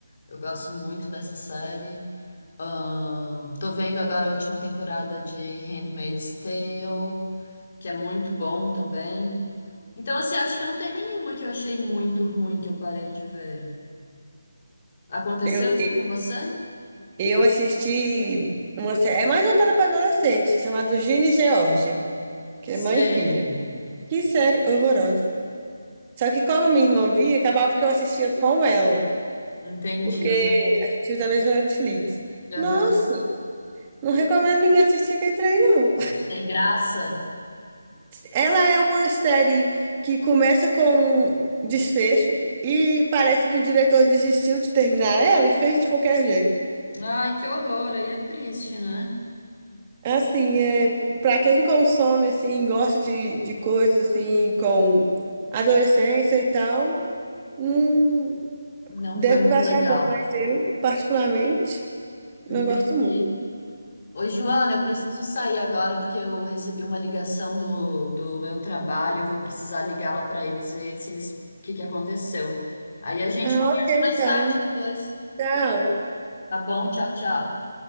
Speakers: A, on the left; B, on the right.
A: Eu gosto muito dessa série. Ahn, tô vendo agora a última temporada de Handmaid's Tale, que é muito bom também. Então, assim, acho que não tem nenhuma que eu achei muito ruim que eu parei de ver. Aconteceu
B: Eu,
A: isso com você?
B: Eu assisti uma série, é mais voltada para adolescente, chamada Ginny e Georgia, que
A: Sei,
B: é mãe e filha. Que série horrorosa. Só que como minha irmã via, acabava que eu assistia com ela,
A: entendi.
B: porque a gente usa a mesma Netflix.
A: Aham.
B: Nossa, não recomendo ninguém assistir aquele trem, não.
A: Tem graça?
B: Ela é uma série que começa com um desfecho e parece que o diretor desistiu de terminar ela e fez de qualquer jeito.
A: Ai, que horror, aí é triste, né?
B: Assim, é, para quem consome, assim, gosta de, de coisas, assim, com adolescência e tal, não
A: Não
B: deve
A: foi muito
B: que vai achar
A: legal.
B: bom, mas eu, particularmente,
A: Entendi.
B: não gosto muito.
A: Oi, Joana, eu preciso sair agora porque eu recebi uma ligação do, do meu trabalho. Eu vou precisar ligá-la para eles ver se eles, o que que aconteceu. Aí a gente
B: Ah,
A: conversa
B: ok, então.
A: mais tarde depois.
B: Tchau.
A: Tá bom? Tchau, tchau.